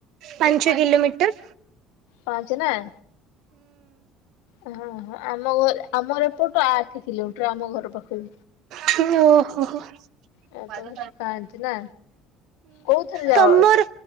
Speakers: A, on the right; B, on the left.
A: ପଞ୍ଚ କିିଲୋମିଟର।
B: ପାଞ୍ଚେ ନାଁ। ଅହଁ ହଁ ଆମ ଘ ଆମର ଏପଟୁ ଆଠେ କିଲୋମିଟର ଆମ ଘର ପାଖୁରୁ।
A: ହୁଁ ଓହୋ ହୋ।
B: ଆଉ ତମେ
A: ହୁଁ
B: ସେଠି ପାଞ୍ଚ ନା କୋଉଥିରେ ଯାଅ?
A: ତମର